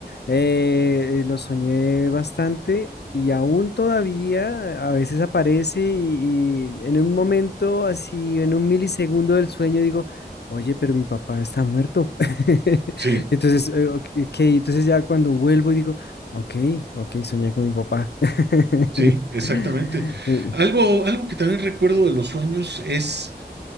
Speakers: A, on the left (about 75°); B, on the right (about 85°).
A: eh, eh, lo soñé bastante y aún todavía a veces aparece y, y en un momento así, en un milisegundo del sueño digo, oye, pero mi papá está muerto. <laughs>
B: sí.
A: Entonces, eh, ok, ok, entonces ya cuando vuelvo y digo, ok, ok, soñé con mi papá. <laughs>
B: Sí, exactamente.
A: Eh,
B: Algo, algo que también recuerdo de los sueños es,